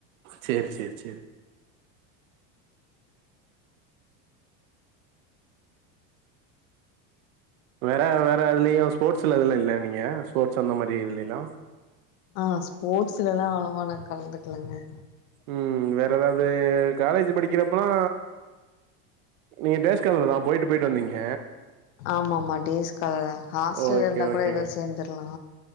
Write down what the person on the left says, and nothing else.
ஆ ஸ்போர்ட்ஸ்லல்லா அளவா நா கலந்துக்லங்க
ஆமாமா டேஸ்காலர்தா ஹாஸ்டல்ல
இருந்தா
கூட எதா சேந்துர்லா